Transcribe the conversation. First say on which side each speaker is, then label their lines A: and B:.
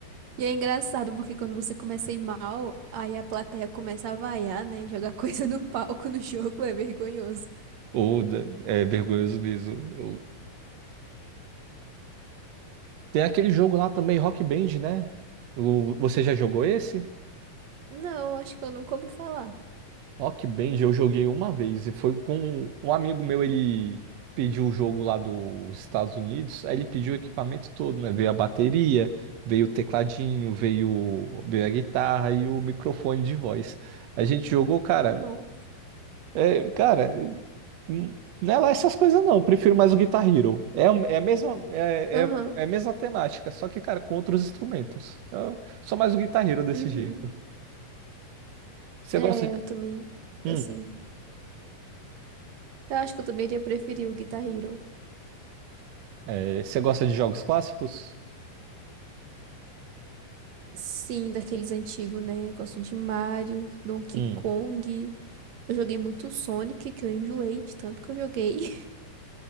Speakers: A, on the right; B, on the right.
A: e é engraçado porque quando você começa a ir mal, aí a plateia começa a vaiar, né? Jogar <laughs> coisa no palco no jogo é vergonhoso.
B: Ou da- é vergonhoso mesmo. Eu. Tem aquele jogo lá também, Rock Band, né? O- Você já jogou esse?
A: Não, acho que eu nunca ouvi falar.
B: Rock Band eu joguei uma vez e foi com um amigo meu, ele pediu o jogo lá dos Estados Unidos, aí ele pediu o equipamento todo, né? Veio a bateria, veio o tecladinho, veio, veio a guitarra e o microfone de voz. A gente jogou, cara,
A: Não.
B: É, cara, n- não é lá essas coisas não. Eu prefiro mais o Guitar Hero. É, a- é a mesma, é,
A: Aham.
B: é, é a mesma temática, só que, cara, com outros instrumentos. Eu sou mais o Guitar Hero desse
A: Uhum.
B: jeito. Você
A: É,
B: gosta de...
A: eu também,
B: Hum,
A: assim, eu acho que eu também iria preferir o Guitar Hero.
B: é, você gosta de jogos clássicos?
A: Sim, daqueles antigos, né? Gosto de Mario, Donkey
B: Hum,
A: Kong. Eu joguei muito Sonic, que eu enjoei de tanto que eu joguei. <laughs>